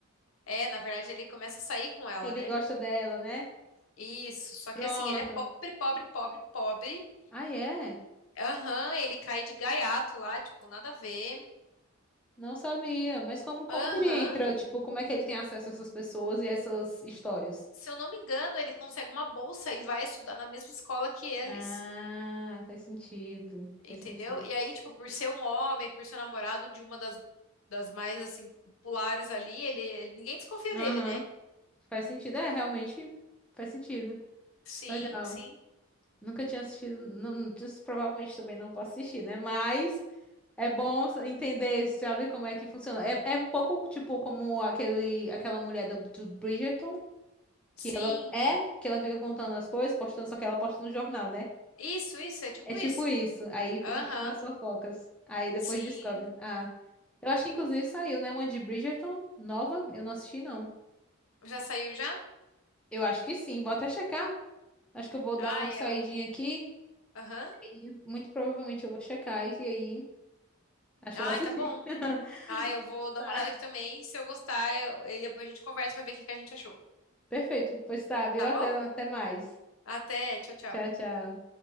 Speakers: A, on the left; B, in the centre.
A: É, na verdade ele começa a sair com ela,
B: que ele
A: né?
B: gosta dela, né?
A: Isso, só
B: Pronto.
A: que assim, ele é pobre, pobre, pobre, pobre.
B: Ah, é?
A: Aham, ele cai de gaiato lá, tipo, nada a ver.
B: Não sabia. Mas como, como
A: Aham.
B: que ele entra? Tipo, como é que ele tem acesso a essas pessoas e essas histórias?
A: Se eu não me engano, ele consegue uma bolsa e vai estudar na mesma escola que eles.
B: Ah, faz sentido.
A: Entendeu?
B: Faz sentido.
A: E aí, tipo, por ser um homem, por ser namorado de uma das, das mais, assim, populares ali, ele, ele- ninguém desconfia
B: Aham.
A: dele, né?
B: Faz sentido. É, realmente faz sentido.
A: Sim,
B: Legal.
A: sim,
B: Nunca tinha assistido, não, não- provavelmente também não vou assistir, né? Mas é bom sa- entender, sabe, como é que funciona. É, é um pouco tipo como aquele, aquela mulher do, do Bridgerton,
A: sim.
B: que ela é, que ela fica contando as coisas, postando, só que ela posta no jornal, né?
A: Isso, isso, é tipo
B: É tipo
A: isso.
B: isso. Aí fica
A: Aham,
B: fazendo as fofocas. Aí depois
A: sim.
B: descobre. Ah, eu acho que inclusive saiu, né? Uma de Bridgerton nova. Eu não assisti, não.
A: Já saiu já?
B: Eu acho que sim, vou até checar. Acho que eu vou dar
A: Ah,
B: uma
A: eu.
B: saidinha aqui.
A: Aham.
B: E muito provavelmente eu vou checar. E aí. Acho
A: Ah,
B: que eu vou assistir.
A: tá bom.
B: <laughs>
A: Ah, eu vou dar
B: Tá.
A: uma olhada aqui também. Se eu gostar, eu, e depois a gente conversa pra ver o que que a gente achou.
B: Perfeito. Pois tá, viu?
A: Tá
B: Até,
A: bom?
B: até mais.
A: Até, tchau, tchau.
B: Tchau, tchau.